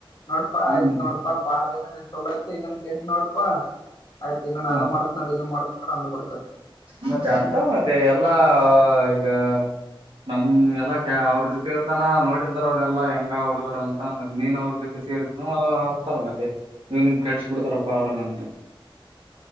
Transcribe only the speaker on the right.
ಹ್ಮ್
ಮತ್
ಮತ್ತೆ ಅಂತ ಮತ್ತೆ ಎಲ್ಲಾ ಈಗ ನಮ್ ಎಲ್ಲಾ ಅವ್ರ ಜೊತೆ ಇರ್ತಾನ ನೋಡಿರ್ತಾರ ಅವ್ರ ಎಲ್ಲಾ ಹೆಂಗ ಹುಡುಗರು ಅಂತ ಮ್ ನೀನ್ ಅವ್ರ ಗೊತೆ ಸೇ ಆರ್ತಾರ ಮತ್ತೆ ಇವನ್ ಕೆಳ್ಸ ಬಿಡ್ತಾರಪ್ಪ ಆರಗ ಅಂತ